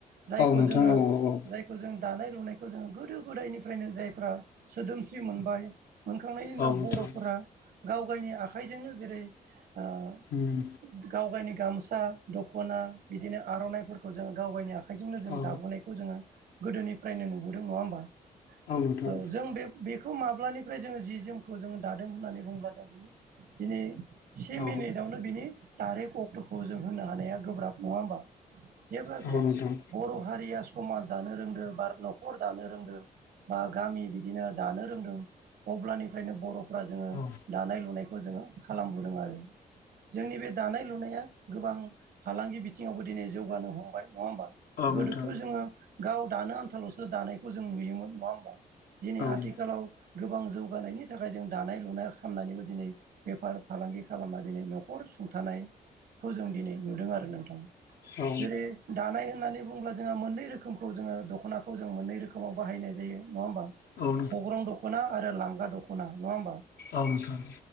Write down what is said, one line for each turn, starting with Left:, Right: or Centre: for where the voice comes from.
Right: जायखौ
Left: औ नोंथां
Right: जोङो
Left: औ औ
Right: जायखौ जों दानाय लुनाय खौ जों गोदो गोदायनिफ्रायनो जायफ्रा। सोदोमस्रि मोनबाय मोनखांनायनि उनाव
Left: उम औ नोंथां
Right: बर'फोरा गाव गायनि आखाइजोंनो जेरै ओ
Left: होम
Right: गावगायनि गामसा, दख'ना बिदिनो आर'नाइफोरखौ जोङो गाव गायनि आखाइजोंनो जों
Left: औ
Right: दाबोनायखौ जोङो गोदोनिफ्रायनो नुबोदों नङा होमबा?
Left: औ नोंथां
Right: ओ जों बे बे बेखौ माब्लानिफ्राय जोङो जि जोमखौ जोङो दादों होननानै बुङोब्ला जों बिनि दिनै से
Left: औ
Right: मिनिटावनो बिनि थारिख अक्ट'खौ जों होनो हानाया गोब्राब नङा होमबा? जेब्लासिम
Left: औ नोंथां
Right: बर' हारिया समाज दानो रोंदो बा न'खर दानो रोंदो बा गामि बिदिनो दानो रोंदों अब्लानिफ्रायनो बर'फ्रा जोङो
Left: औ
Right: दानाय लुनाय खौ जोङो खालामबोदों आरो। जोंनि बे दानाय लुनाया गोबां फालांगि बिथिङावबो दिनै जौगानो हमबाय। नङा होमबा?
Left: औ
Right: गोदोथ'
Left: नोंथां
Right: जोङो गाव दानो आन्थाल'सो दानायखौ जों नुयोमोन नङा होमबा? दिनै
Left: औ उम
Right: आथिखालाव गोबां जौगानायनि थाखाय जों दानाय लुनाय खालामनानैबो दिनै बेफार फालांगि खालामना दिनै न'खर। सुंथानायखौ जों दिनै नुदों आरो नोंथां
Left: औ
Right: जेरै दानाय होननानै बुंङोब्ला। जोंहा मोननै रोखोमखौ जोङो दख'नाखौ जों मोननै रोखोमाव बाहायनाय जायो नङा होमबा? थग्रं
Left: औ नोंथां औ
Right: दख'ना आरो लांगा दख'ना नङा होमबा?
Left: औ नोथां।